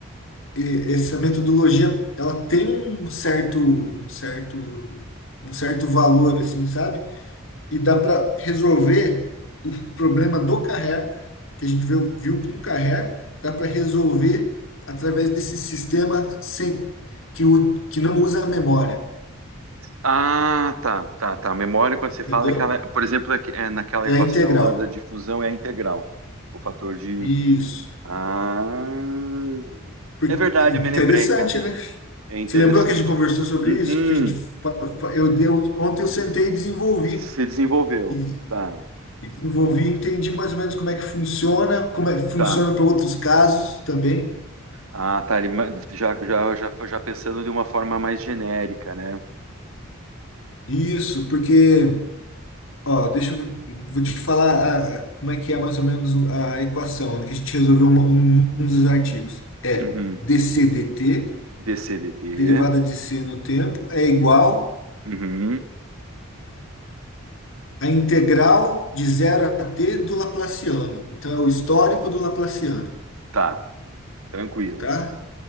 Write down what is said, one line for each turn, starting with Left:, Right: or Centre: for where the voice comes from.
Left: e- essa metodologia, ela tem um certo, um certo, um certo valor, assim, sabe? E dá para resolver o problema do carrer, que a gente viu, viu com o carrer, dá para resolver através desse sistema sem que, o, que não usa a memória,
Right: Ah, tá, tá, tá. Memória, quando você fala,
Left: entendeu?
Right: é aquela, por exemplo, é que- é naquela equação
Left: É a integral.
Right: lá da difusão é a integral. O fator de.
Left: Isso.
Right: Ah,
Left: Por-
Right: é verdade,
Left: é Interessante,
Right: eu me lembrei, cara.
Left: né?
Right: É interessante.
Left: Você lembrou que a gente conversou sobre
Right: Uhum,
Left: isso? Que a gente fa- fa- eu deu ontem eu sentei e desenvolvi
Right: se desenvolveu.
Left: e,
Right: Tá,
Left: e desenvolvi, e entendi mais ou menos como é que funciona, como é que funciona
Right: tá.
Left: para outros casos também.
Right: Ah, tá. ele ma- Já, já, já, já pensando de uma forma mais genérica, né?
Left: Isso, porque ó, deixa eu vou te falar a- a- como é que é mais ou menos a equação né, que a gente resolveu uma- um, um dos artigos. É
Right: Uhum.
Left: dc dt,
Right: DCDT.
Left: derivada de c no tempo, é igual
Right: Uhum.
Left: à integral de zero a t do Laplaciano. Então é o histórico do Laplaciano.
Right: Tá, tranquilo.
Left: Tá?